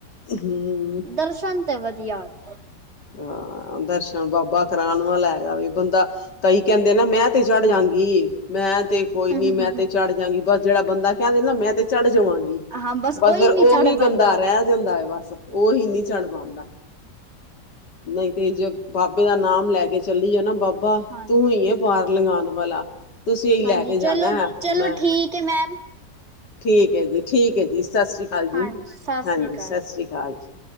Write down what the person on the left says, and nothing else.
ਹੂੰ
ਹਾਂ, ਦਰਸ਼ਨ ਬਾਬਾ ਕਰਾਨ ਵਾਲਾ ਹੈਗਾ, ਵੀ ਬੰਦਾ ਕਈ ਕਹਿੰਦੇ ਨਾ, ਮੈਂ ਤੇ ਚੜ੍ਹ ਜਾਂਗੀ, ਮੈਂ ਤੇ ਕੋਈ
ਨੀ ਮੈਂ ਤੇ ਚੜ੍ਹ ਜਾਂਗੀ, ਬਸ ਜਿਹੜਾ ਬੰਦਾ ਕਹਿੰਦੇ ਨਾ, ਮੈਂ ਤੇ ਚੜ ਜਵਾਂਗੀ
ਬਸ ਫਿਰ
ਉਹੀ
ਬੰਦਾ ਰਹਿ ਜਾਂਦਾ ਹੈ ਬਸ। ਓਹੀ ਨੀ ਚੜ ਪਾਂਦਾ। ਨਹੀਂ ਤੇ ਜ ਬਾਬੇ ਦਾ ਨਾਮ ਲੈਕੇ ਚੱਲੀਏ ਨਾ ਬਾਬਾ,
ਤੂੰ ਹੀ ਏ ਪਾਰ ਲੰਘਾਣ ਵਾਲਾ, ਤੁਸੀਂ ਓਈ
ਲੈਕੇ
ਜਾਣਾ ਹੈ, ਮੈਂ
ਠੀਕ ਏ ਜੀ, ਠੀਕ ਏ ਜੀ, ਸਤਿ ਸ਼੍ਰੀ ਅਕਾਲ
ਜੀ,
ਹਾਂਜੀ,
ਸਤਿ ਸ਼੍ਰੀ ਅਕਾਲ ਜੀ।